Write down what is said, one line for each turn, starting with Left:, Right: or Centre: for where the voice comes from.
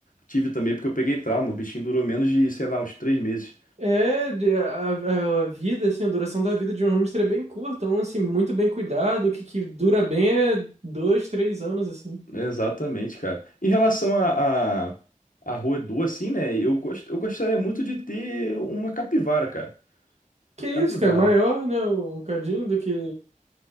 Left: tive também, porque eu peguei trauma, o bichinho durou menos de, sei lá, uns três meses.
Right: é de- a, a, a vida, assim, a duração da vida de um hamster é bem curta, então, assim, muito bem cuidado. O que, que dura bem é dois, três anos, assim.
Left: Exatamente, cara. Em relação à à à roedor, assim, né? Eu, gost, eu gostaria muito de ter uma capivara, cara.
Right: Que isso,
Left: Capivara.
Right: cara? Maior, né? Um cadinho do que.